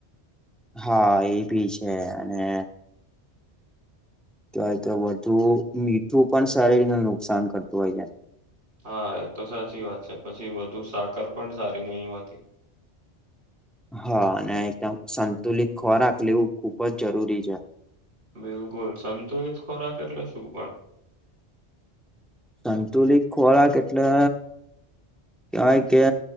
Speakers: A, in the centre; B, on the right.
A: હા એ ભી છે અને કેવાય કે વધુ મીઠું પણ શરીરને નુકસાન કરતું હોય છે.
B: હા એ તો સાચી વાત છે પછી વધુ સાકર પણ સારી નહી હોતી.
A: હા અને એકદમ સંતુલિત ખોરાક લેવું ખુબ જ જરૂરી છે.
B: બિલકુલ સંતુલિત ખોરાક એટલે શું પણ?
A: સંતુલિત ખોરાક એટલે કહેવાય કે